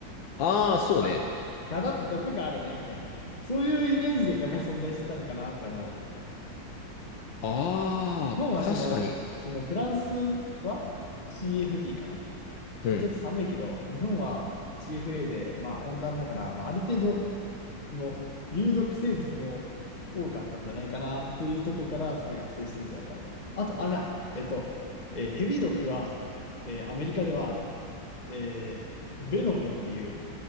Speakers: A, on the left (about 75°); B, on the left (about 25°).
A: ああ、そうね。
B: ガ、ガだと毒があるね、みたいな。そういうイメージでガが存在してたのかなって思う。
A: ああ、
B: 日本はその、
A: 確かに。
B: そのフランスは CFB かな。
A: うん、
B: ちょっと寒いけど、日本は CFA で、まあ温暖だから、まあある程度、その有毒生物も多かったんじゃないかなというところからそれが発生してるんじゃないかなと思う。あと、あれだ、えっと、えーヘビ毒は、えーアメリカでは、えーベノムっていう。